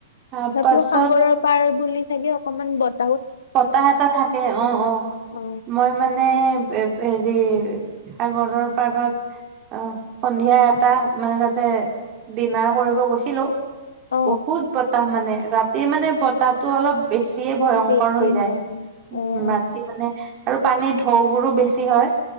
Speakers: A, on the right; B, on the left.
A: তাৰ
B: তথাপিও
A: পাছত
B: সাগৰৰ পাৰ বুলি চাগে অকমান বতা-
A: বতাহ এটা থাকে, অ'-অ',
B: অ
A: মই মানে এ হেৰি সাগৰৰ পাৰত। অ' সন্ধিয়া এটা, মানে তাতে ডিনাৰ কৰিব গৈছিলো।
B: অ
A: বহুত বতাহ মানে, ৰাতিৰ মানে বতাহটো অলপ বেছিয়ে ভয়ংকৰ।
B: বেছি
A: হৈ যায়,
B: হয় অ
A: উম
B: অ
A: ৰাতি মানে আৰু পানীৰ ঢৌ বোৰো বেছি হয়